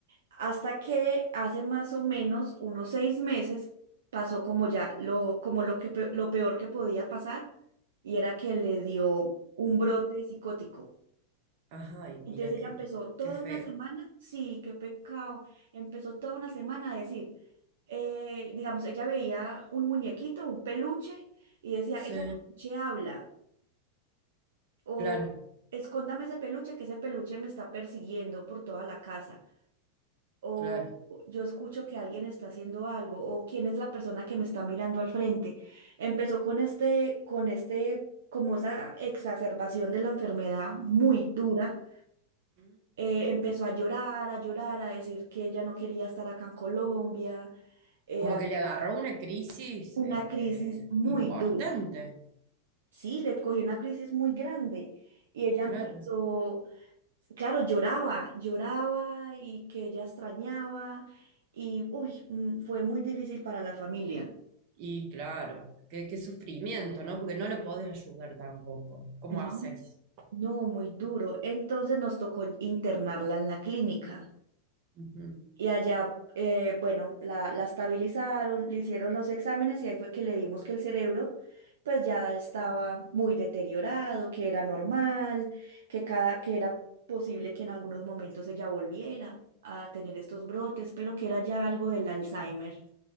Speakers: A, on the right (about 60°); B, on the right (about 45°).
A: hasta que hace más o menos unos seis meses pasó como ya lo, como lo que, pe- lo peor que podía pasar y era que le dio un brote psicótico.
B: Ajá, y mira
A: Entonces ella
B: qué,
A: empezó toda
B: qué feo.
A: una semana, sí, qué pecado, empezó toda una semana a decir, eh, digamos, ella veía un muñequito, un peluche y decía,
B: Sí,
A: ese peluche habla o
B: claro,
A: escóndame ese peluche, que ese peluche me está persiguiendo por toda la casa. o
B: claro.
A: yo escucho que alguien está haciendo algo, o quién es la persona que me está mirando al frente. Empezó con este, con este, como esa exacerbación de la enfermedad muy dura.
B: Mm.
A: Eh, empezó a llorar, a llorar, a decir que ella no quería estar acá en Colombia, eh,
B: Como
A: a-
B: que le agarró una crisis,
A: una
B: este,
A: crisis muy
B: importante.
A: dura. Sí, le cogió una crisis muy grande y ella
B: Claro.
A: empezó claro, lloraba, lloraba y que ella extrañaba y, uy, mm, fue muy difícil para la familia,
B: Y claro, qué, qué sufrimiento, ¿no? Porque no lo podés ayudar tampoco. ¿Cómo
A: ¿no?
B: haces?
A: No, muy duro. Entonces nos tocó internarla en la clínica.
B: Ujú.
A: Y allá, eh, bueno, la, la estabilizaron, le hicieron los exámenes y ahí fue que le vimos que el cerebro pues ya estaba muy deteriorado, que era normal, que, cada, que era posible que en algunos momentos ella volviera a tener estos brotes, pero que era ya algo del Alzheimer.